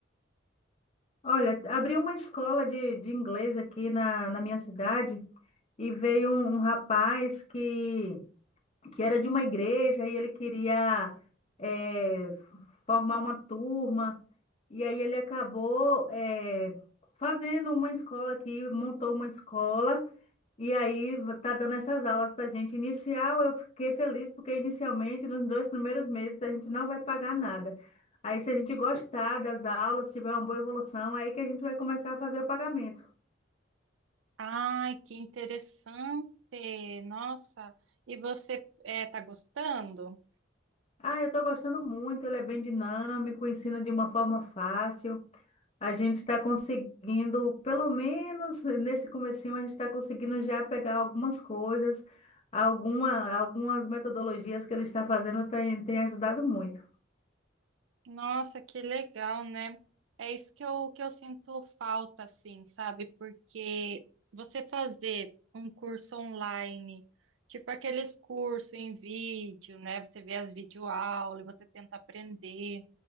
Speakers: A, on the left; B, on the right.
A: Olha, abri uma escola de, de inglês aqui na, na minha cidade. e veio um, um rapaz que, que era de uma igreja e ele queria eh, formar uma turma, e aí ele acabou eh, fazendo uma escola aqui, montou uma escola, e aí tá dando essas aulas para gente. Inicial, eu fiquei feliz, porque inicialmente, nos dois primeiros meses, a gente não vai pagar nada. Aí, se a gente gostar das aulas, tiver uma boa evolução, aí que a gente vai começar a fazer o pagamento.
B: Ai, que interessante! Nossa, e você está gostando?
A: Ah, eu estou gostando muito, ele é bem dinâmico, ensina de uma forma fácil. A gente está conseguindo, pelo menos nesse comecinho, a gente está conseguindo já pegar algumas coisas, alguma, algumas metodologias que ele está fazendo tem, tem ajudado muito.
B: Nossa, que legal, né? É isso que eu, que eu sinto falta, assim, sabe? Porque você fazer um curso online, tipo aqueles cursos em vídeo, né? Você vê as videoaulas, e você tenta aprender.